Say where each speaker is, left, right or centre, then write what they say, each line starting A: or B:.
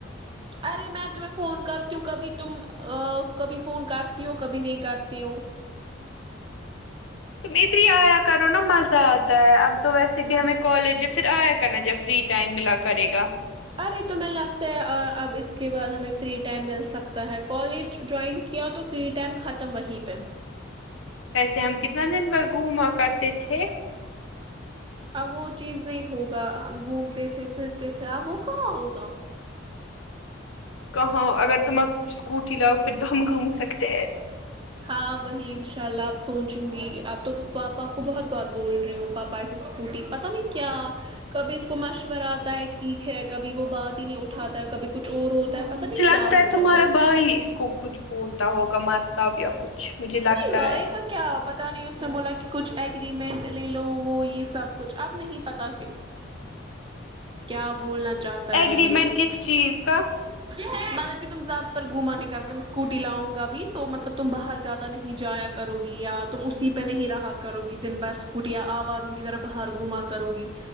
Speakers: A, on the right; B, on the left.
A: ارے میں تمہیں فون کرتی ہوں کبھی تم کبھی فون کرتی ہو کبھی نہیں کرتی ہو
B: تم ادھر ہی آیا کرو نا مزہ آتا ہے اب تو ویسے بھی ہمیں کالج ہے پھر آیا کرنا جب فری ٹائم ملا کرے گا
A: ارے تمہیں لگتا ہے اب اس کے بعد ہمیں فری ٹائم مل سکتا ہے کالج جوائن کیا تو فری ٹائم ختم وہیں پہ
B: ویسے ہم کتنا دن بھر گھوما کرتے تھے
A: اب وہ چیز نہیں ہوگا ہم گھومتے تھے پھرتے تھے اب وہ کہاں ہوگا
B: کہاں اگر تم اب اسکوٹی لاؤ پھر تو ہم گھوم سکتے ہیں
A: ہاں وہی انشاء اللہ آپ سوچوں گی اپ تو پاپا کو بہت بار بول رہی ہوں پاپا پائے سے اسکوٹی پتا نہیں کیا کبھی اس کو مشورہ آتا ہے ٹھیک ہے کبھی وہ بات ہی نہیں اٹھاتا کبھی کچھ اور ہوتا ہے پتہ نہیں
B: اچھ لگتا
A: کیا
B: ہے
A: ہو
B: تمہارا
A: جاتا اس
B: بھائی
A: کو
B: ہی اس کو کچھ بھولتا ہوگا مارتابی کچھ مجھے
A: نہیں
B: لگتا
A: بھائی
B: ہے
A: کا کیا پتاہ نہیں اس نے بولا کہ کچھ ایگریمنٹ لے لو وہ یہ سب کچھ اب نہیں پتا کہ کیا بولنا چاہتا
B: ایگریمنٹ
A: ہے یہ بھی
B: کس چیز کا
A: مطلب کہ تم زیادہ تر گوما نہیں کروگے کہ اسکوٹی دلاؤں گا بھی تو مطلب تم باہر زیادہ نہیں جایا کرو گی یا تم اسی پہ نہیں رہا کرو گی دن بھر کٹیاں آوا رہوں کی طرح باہر گھوما کروں گی